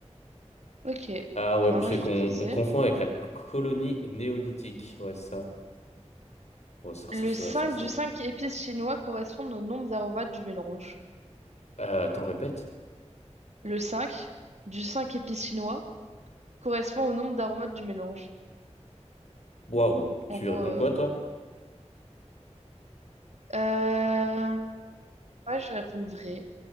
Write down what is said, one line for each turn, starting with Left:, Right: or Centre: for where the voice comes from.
Right: Ok. Eh
Left: Ah ouais,
Right: Ben,
Left: c'est
Right: moi, je
Left: qu'on
Right: vais te poser.
Left: on confond avec la colonie néolithique. Ouais, c'est ça. Ouais, ça, res-
Right: Le
Left: ça
Right: 5
Left: ça ressemble.
Right: du 5 épices chinois correspond au nombre d'aromates du mélange.
Left: Euh, attends, répète.
Right: Le 5 du 5 épices chinois correspond au nombre d'aromates du mélange.
Left: Waouh, tu
Right: En gros,
Left: réponds
Right: euh...
Left: quoi, toi?
Right: euh, ouais, je vais répondre vrai.